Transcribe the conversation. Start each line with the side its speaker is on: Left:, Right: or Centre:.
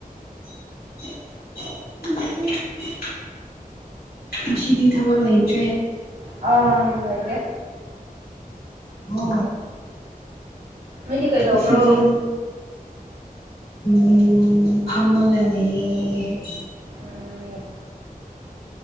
Left: <unintelligible> ꯉꯁꯤꯗꯤ ꯊꯕꯛ ꯂꯩꯇ꯭ꯔꯦ
Right: ꯑ ꯑꯥꯏꯗ
Left: ꯍ
Right: ꯅꯣꯏꯗꯤ ꯀꯩꯗꯧꯕ꯭ꯔꯣ
Left: ꯉꯁꯤ ꯎꯝ ꯑꯃꯒꯅꯒꯦ
Right: ꯎꯝ